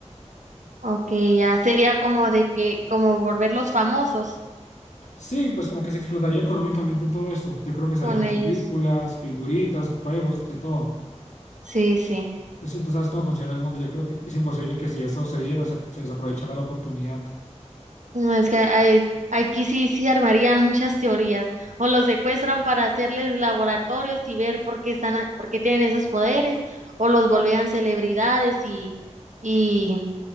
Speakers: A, on the right (about 80°); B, on the left (about 75°).
A: ok, ya sería como de que, como volverlos famosos
B: Sí, pues como que se explotaría económicamente todo esto. Yo creo que se
A: con
B: harían
A: ellos.
B: películas, figuritas, juegos, de todo.
A: Sí, sí.
B: Pues sí, tú sabes cómo funciona el mundo, yo creo que es imposible que si eso se diera, se, se desaprovechara la oportunidad.
A: No, es que hay- aquí sí, sí armarían muchas teorías. O los secuestran para hacerles laboratorios y ver por qué están, a- por qué tienen esos poderes, o los volvían celebridades y, y